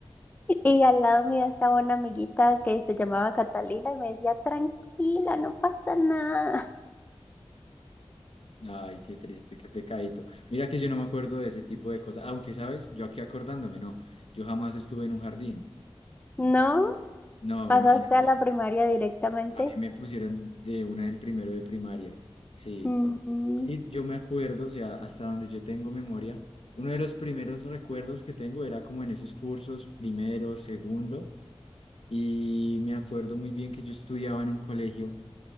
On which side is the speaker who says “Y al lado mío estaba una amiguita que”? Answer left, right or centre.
Left